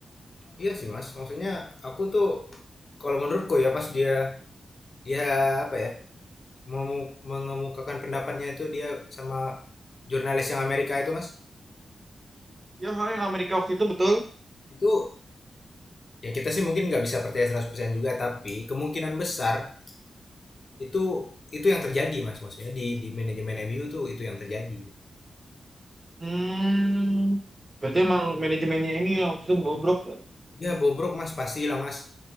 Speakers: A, on the left; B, on the right.
A: iya sih mas, maksudnya aku tuh kalau menurutku ya pas dia dia apa ya memu- mengemukakan pendapatnya itu dia sama jurnalis yang Amerika itu mas
B: ya hal yang Amerika waktu itu betul
A: itu ya kita sih mungkin nggak bisa percaya 100% juga tapi kemungkinan besar itu itu yang terjadi mas maksudnya di di manajemen MU tuh itu yang terjadi.
B: hmm berarti
A: mm
B: emang manajemennya ini yang waktu itu bobrok ya?
A: Ya bobrok mas pastilah mas